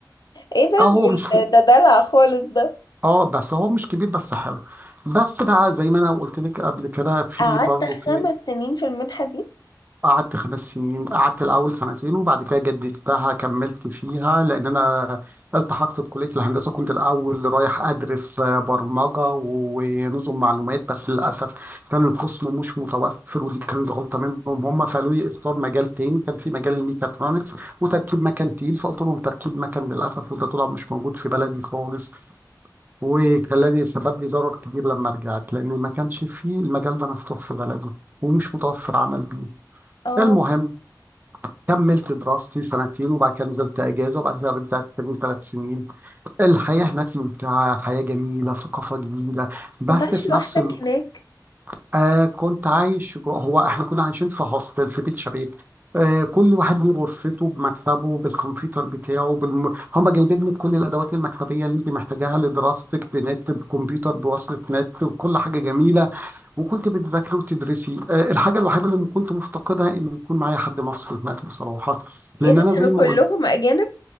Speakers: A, on the left; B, on the right.
A: ايه ده
B: اه هو
A: دول-
B: مش
A: ده دلع خالص ده
B: اه بس هو مش كبير بس حلو بس بقى زي ما انا قلت لك قبل كده في
A: قعدت
B: برضه
A: خمس
B: في
A: سنين في المنحة دي
B: قعدت خمس سنين قعدت الأول سنتين وبعد كده جددتها كملت فيها لأن أنا التحقت بكلية الهندسة كنت الأول رايح أدرس آه، برمجة ونظم معلومات بس للأسف كان القسم مش متوفر ودي كانت غلطة منهم هم فقالوا لي اختار مجال تاني كان في مجال الميكاترونكس وتركيب مكن تقيل فقلت لهم تركيب مكن للأسف وده طلع مش موجود في بلدي خالص وخلاني سبب لي ضرر كبير لما رجعت لأن ما كانش فيه المجال ده مفتوح في بلدي ومش متوفر عمل بيه
A: اه
B: المهم كملت دراستي سنتين وبعد كده نزلت اجازه وبعد كده رجعت تاني ثلاث سنين الحياه هناك ممتعه حياه جميله ثقافه جديده بس
A: كنت عايش
B: في
A: لوحدك
B: نفس الوقت
A: هناك
B: آه كنت عايش جوه هو احنا كنا عايشين في هوستل في بيت شباب آه كل واحد من غرفته بمكتبه بالكمبيوتر بتاعه بالم... هم جايبين لك كل الادوات المكتبيه اللي انت محتاجاها لدراستك بنت بكمبيوتر بوصله نت وكل حاجه جميله وكنت بتذاكري وتدرسي آه، الحاجة الوحيدة اللي كنت مفتقدها إن يكون معايا حد مصري هناك بصراحة لأن
A: ايه ده
B: أنا
A: كانوا
B: زي
A: كلهم
B: ما قلت
A: اجانب